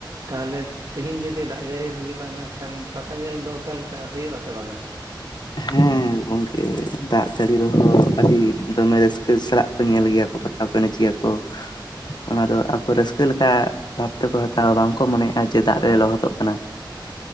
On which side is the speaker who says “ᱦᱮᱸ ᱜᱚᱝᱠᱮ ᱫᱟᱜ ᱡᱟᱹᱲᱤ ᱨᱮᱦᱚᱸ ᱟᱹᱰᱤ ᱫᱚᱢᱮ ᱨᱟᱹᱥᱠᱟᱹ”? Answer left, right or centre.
Left